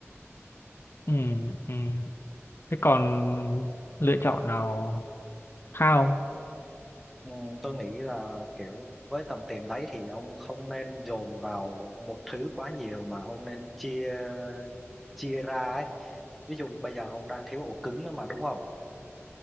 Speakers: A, on the left; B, in the centre.
A: ừ ừm. Thế còn lựa chọn nào khác không?
B: ừ, tôi nghĩ là kiểu với tầm tiền đấy thì ông không nên dồn vào một thứ quá nhiều mà ông nên chia chia ra ấy ví dụ bây giờ ông đang thiếu ổ cứng nữa mà đúng không